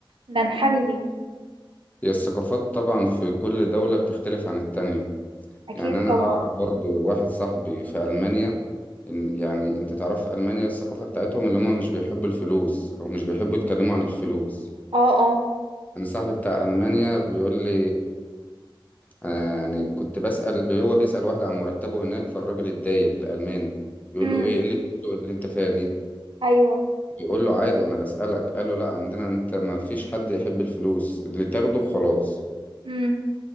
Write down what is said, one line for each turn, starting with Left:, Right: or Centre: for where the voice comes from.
Right: ننحني ليهم
Left: هي الثقافات طبعا في كل دوله بتختلف عن التانية
Right: اكيد
Left: يعني انا
Right: طبعا
Left: اعرف برضو واحد صاحبي في المانيا إن- يعني انت تعرف في المانيا الثقافه بتاعتهم اللي هم مش بيحبوا الفلوس او مش بيحبوا يتكلموا عن الفلوس
Right: اه اه
Left: انا صاحبي بتاع المانيا بيقول لي آه، يعني كنت بسأل هو بيسأل واحد عن مرتبه هناك فالراجل اتضايق الألماني بيقول
Right: امم
Left: له ايه قلة الذوق اللي انت فيها دي
Right: ايوه
Left: بيقول له عادي انا بسألك قال له لا عندنا انت ما فيش حد يحب الفلوس اللي تاخده خلاص
Right: امم